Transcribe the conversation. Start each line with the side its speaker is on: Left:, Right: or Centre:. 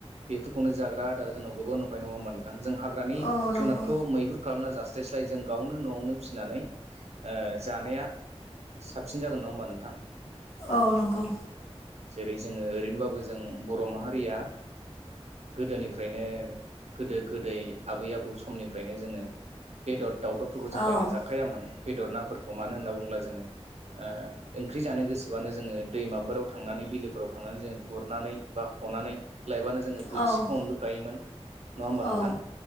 Right: बेफोरखौनो जाग्रा आदार जोनाव गोबां नंखा नङा होमब जों हाग्रानि
Left: औ
Right: जुनातखौ
Left: नंगौ
Right: मैहुर खालामना जास्लायस्लाय जों गावनो न'आवनो फिसिनानै ओ जानाया साबसिन जागोन नङा होमबा नोंथां
Left: औ नंगौ
Right: जेरै जोङो ओरैनोबाबो जों बर' माहारिया गोदोनिफ्रायनो गोदो गोदै आबै आबौ समनिफ्रायनो जोङो बेदर दाउ दबखो
Left: औ
Right: जों जा जायामोन बेदर नाफोरखौ मानो होन्ना बुङोब्ला जोङो ओ ओंख्रि जानो गोसोबानो जोङो दैमाफोराव थांनानै बिलोफोराव थांनानै जोङो गुरनानै बा हनानै लाइबानो जोङो बोथिसेखौ
Left: औ
Right: मोनबोखायोमोन नङा होमबा
Left: औ
Right: नोंथां